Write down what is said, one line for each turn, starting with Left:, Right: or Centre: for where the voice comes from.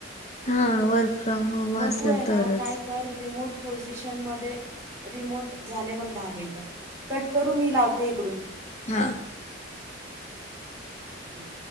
Left: हा वर्क फ्रॉम होम
Right: मग
Left: असेल
Right: तू आहे ना
Left: तरच
Right: काय कर. कर रिमोट पोझिशनमध्ये, रिमोट. झाले बघ दहा मिनट कट करू मी लावते इकडून-
Left: हां
Right: हम